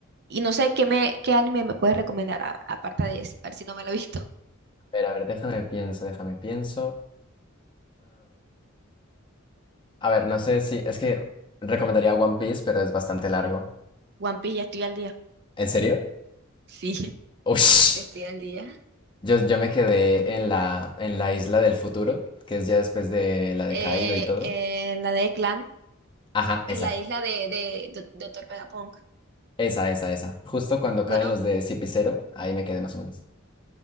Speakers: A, on the right (about 50°); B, on the left (about 25°).
A: Y no sé qué me, qué anime me puedes recomendar a- aparte de eso, a ver si no me lo he visto.
B: Pero a ver, déjame pienso, déjame pienso. A ver, no sé si. Es que recomendaría One Piece, pero es bastante largo.
A: One Piece, ya estoy al día.
B: ¿En serio?
A: Sí, <laughs>
B: Ush.
A: estoy al día.
B: Yo, yo me quedé en la, en la isla del futuro, que es ya después de la de
A: Eh,
B: Kaido y todo.
A: eh, la de Clan,
B: Ajá, esa.
A: en la isla de, de, de Doctor Vegapunk.
B: Esa, esa, esa. Justo cuando
A: Bueno,
B: caen los de Cipicero, ahí me quedé más o menos.